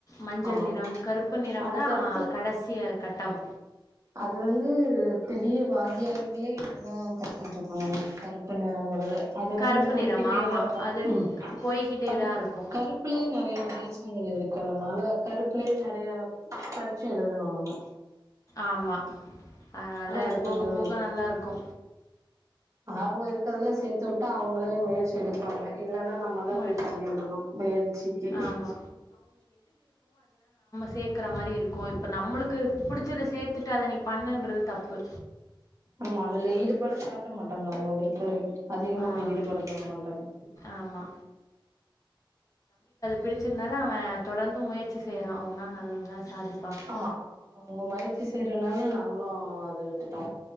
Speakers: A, on the left (about 40°); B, on the right (about 35°).
A: மஞ்சள்
B: ஆமா
A: நிறம் கருப்பு நிறம்தா
B: அடுத்தடுத்து
A: கடசி அ கட்டம்
B: அது வந்து பெரிய வாத்தியாருங்களே இப்ப ட்ர தா கத்துக்கிட்ருக்காங்க கருப்பு நிறோங்கறத அது
A: கருப்பு
B: வந்து போய்கிட்டே
A: நிறம் ஆமாம்
B: தா இருக்கு
A: அது
B: ம்
A: போய்க்கிட்டே
B: படி
A: தான் இருக்கும்
B: கருப்புலயே நெறைய தேசங்கள் இருக்கறனால கருப்புலயே நெறைய பரிட்ச எழுதணு நம்ம
A: ஆமா அதனால
B: அது
A: போக
B: கொஞ்சோ
A: போக நல்லா இருக்கு
B: ஆர்வ இருக்கறதுல சேத்து உட்டா அவுங்களே முயற்சி எடுப்பாங்க இல்லன்னா நம்மதா
A: இருக்கும்
B: போய் தள்ளிஉடணு வேன்ச்சிக்கு
A: ஆமா. சேக்கற மாரி இருக்கு இப்ப நம்மளுக்கு புடிச்சத சேத்துட்டு அத நீ பண்ணுன்றது தப்பு
B: ஆமா அதுல ஈடுபாடு காட்ட மாட்டாங்க அவுங்க விருப்பு அதிகமா
A: ஆ
B: ஈடுபடலா
A: இப்
B: மாட்டாங்க
A: ஆமா. பிடிச்சிதுனால அவ தொடர்ந்து முயற்சி செ ய்யறா ஒரு நாள் நல்லா சாதி
B: ஆமா அவங்க முயற்சி செய்றனால நாங்களு அத விட்டுட்டோ